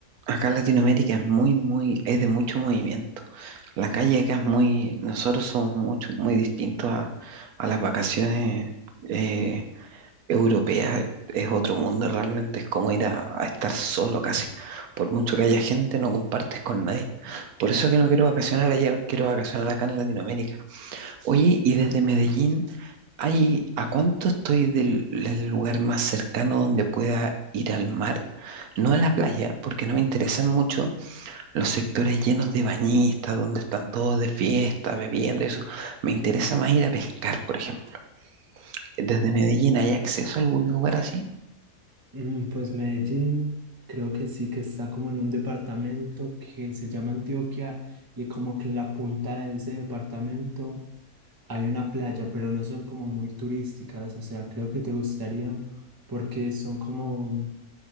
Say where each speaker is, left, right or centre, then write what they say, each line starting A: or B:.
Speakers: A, on the right (about 75°); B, on the right (about 15°).
A: acá en Latinoamérica es muy, muy, es de mucho movimiento. La calle acá es muy, nosotros somos mucho, muy distintos a, a las vacaciones eh, europeas. Es otro mundo realmente, es como ir a, a estar solo casi. Por mucho que haya gente, no compartes con nadie. Por eso que no quiero vacacionar allá, quiero vacacionar acá en Latinoamérica. Oye, y desde Medellín, Ay, ¿a cuánto estoy del, del lugar más cercano donde pueda ir al mar? No a la playa, porque no me interesan mucho los sectores llenos de bañistas, donde están todos de fiesta, bebiendo, eso. Me interesa más ir a pescar, por ejemplo. Desde Medellín, ¿hay acceso a algún lugar así?
B: Mm, Pues Medellín creo que sí que está como en un departamento que se llama Antioquia y como que en la punta de ese departamento hay una playa, pero no son como muy turísticas, o sea, creo que te gustarían porque son como mm,